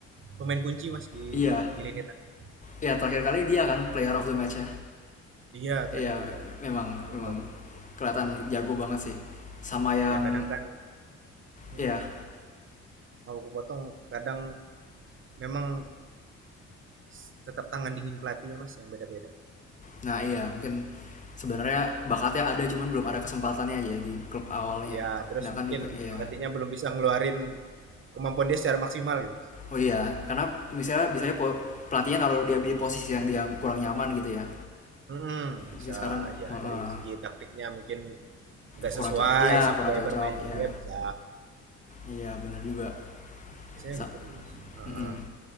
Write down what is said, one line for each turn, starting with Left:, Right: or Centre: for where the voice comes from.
Right: pemain kunci Mas di
Left: iya
Right: di lini tengah.
Left: iya terakhir kali dia kan player of the match
Right: Dia terakhir
Left: Iya,
Right: dia
Left: memang
Right: memang
Left: memang
Right: bagus Mas.
Left: kelihatan jago banget sih. Sama yang
Right: Ya kadang kan hmm,
Left: ya,
Right: mau aku potong, kadang memang s- tetap tangan dingin pelatihnya Mas yang beda-beda.
Left: nah iya mungkin sebenarnya bakatnya ada cuman belum ada kesempatannya aja ya di klub awalnya.
Right: Ya, terus
Left: Sedangkan
Right: mungkin
Left: di P- iya.
Right: pelatihnya belum bisa ngeluarin kemampuan dia secara maksimal gitu Mas.
Left: Oh iya, karena misalnya bisa pelatihnya naruh dia di posisi yang dia kurang nyaman gitu ya.
Right: Mhm, bisa
Left: Mungkin sekarang
Right: ya
Left: heeh,
Right: dari segi taktiknya mungkin nggak
Left: kurang
Right: sesuai
Left: cocok. Iya,
Right: sama
Left: kurang
Right: gaya
Left: cocok.
Right: bermainnya
Left: Iya.
Right: dia bisa
Left: Iya, benar juga.
Right: biasanya
Left: Sa-
Right: gitu mas Heeh.
Left: mm-mm.